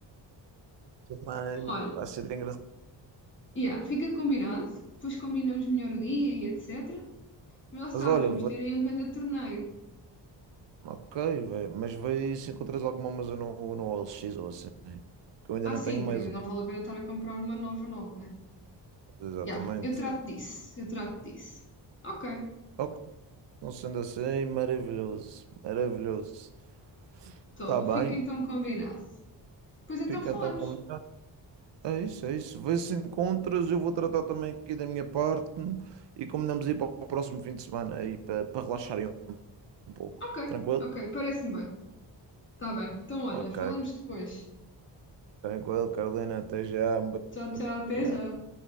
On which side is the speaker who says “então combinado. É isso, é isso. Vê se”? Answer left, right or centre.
Right